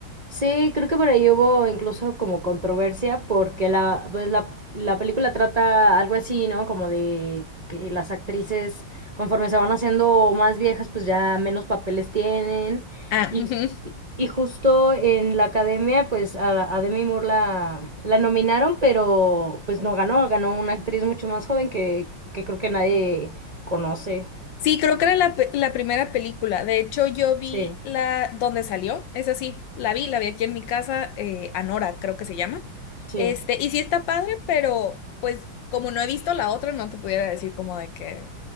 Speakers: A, on the right (about 55°); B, on the left (about 75°).
A: Sí, creo que por ahí hubo incluso como controversia porque la, pues la, la película trata algo así, ¿no? Como de que las actrices conforme se van haciendo más viejas pues ya menos papeles tienen
B: Ah,
A: y,
B: ujú.
A: y justo en la academia pues a, la- a Demi Moore la, la nominaron pero pues no ganó, ganó una actriz mucho más joven que, que creo que nadie conoce.
B: Sí, creo que era la, pe- la primera película. De hecho, yo vi
A: Sí,
B: la donde salió. Es así, la vi, la vi aquí en mi casa, eh, Anora, creo que se llama.
A: sí.
B: Este, y sí está padre, pero pues como no he visto la otra, no te pudiera decir como de que